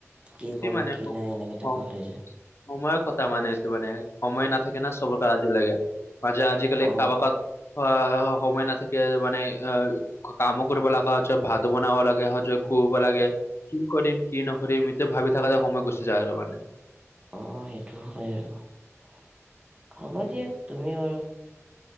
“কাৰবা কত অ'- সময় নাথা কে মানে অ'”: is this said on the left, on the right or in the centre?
Left